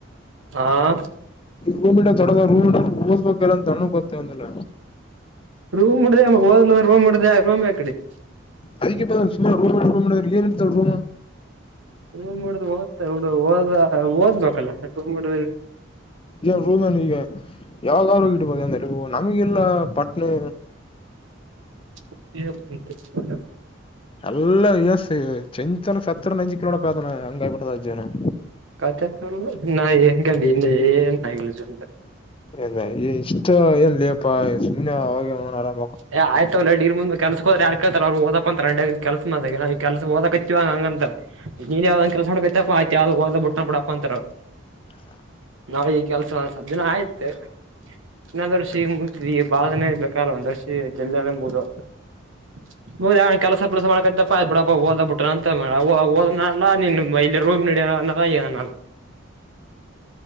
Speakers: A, on the right (about 75°); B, on the left (about 25°).
A: ಆಾ
B: ರೂಮಿರ್ ದೊಡ್ಡದ ರೂ್ ಇರ್ ಓದ್ಬೇಕಲ್ಲ ಅ ಅನ ಗೊತ್ತೆ ಒಂದಲ್ಲ
A: ರೂಮ್ ಉಡ್ದೆಮಗ್ ಹೋದ್ ರೂಮ್ಡ್ದ ರೂಮ್ ಯ ಕಡತಿ
B: ಅದಕ್ಕೆಪ್ಪ ಸುಮಾರ ರೂಮ್ ರೂಮ್ ಏನ್ ಇಡ್ತ ರೂಮ್
A: ಹೂ್ಬಡುದು್ ಓದ್ತಾ ಹಡ ಓದ ಓದ್ಬೇಕಲ್ಲ ತೂ್ಡ್ಡ
B: ಏ ರೂಮೇನ್ ಈಗ ಯಾವ್ದ್ರ ಇಡ್ಬೋುದು ಅಂತ ಹೇಳ ನಮಗೆ ಲ್ಲ ಪಟ್ನಿ
A: ಹಿಡ್ದ
B: ಎಲ್ಲ ಇಸ್ ಚಂಚನ ಸತ್ತರು ನೆಂಜ ಕಲೋಡ ಪ್ರತನೆ ಹಂಗಾಯ್ಬಿಟ್ಟದ ಜನ
A: ಕತ ನ ಏನ್ಕಿ ಇನ್ನ ಏ ನ ಚೂ
B: ಇಲ್ಲ ಈ ಇಷ್ಟ ಎನ್ಲ್ಲಿಪ್ಪ ಸುಮ್ನೆ ಅವಾಗ ಆರಾಮ
A: ಏ ಆಯ್ತಲ್ಲ ಡಗ ಮುಂದ ಕೆಲ್ಸ ಹೋದ್ರ ಯಾ ಕತಾರ ಅವರು ದಪ್ಪ ಅಂತ ಕೆಲ್ಸ ಮಾಡದ ನ ಈ ಕೆಲ್ಸ ಓದಕ ಹಚ್ಚವ ಹಂಗ ಅಂತರ್ ನೀನ್ ಯಾವ್ದ ಕೆಸ ಮಾಡಕತಪ್ಪಯ ಯ್ಓದ ಬಿುಟ್ಟ ಬಿಡಪ್ಪ ಅ ರ
B: ಹ
A: ನಾವ್ ಈ ಕೆಲ್ಸ ಸ ಜಿನ ಆಯ್ತು ಮತ್ತೆ ಇನ್ನೊಂದರ್ಷ ಈಗ ಮುಂತಿದ ಈ ಬಳನೇ ಬೇಕಲ್ಲ ಒಂದರ್ಸ ಎದುಯದ ಕೆಲಸ ಕೆಲಸ ಮಾಡ್ಕತಪ್ಪ ಬಿಡ ಹೋದ ಬಿಟ್ರ ಅಂತಲ್ಲಲ್ಲಿ ರೂಮ್ ಅನ್ನಲ್ಲ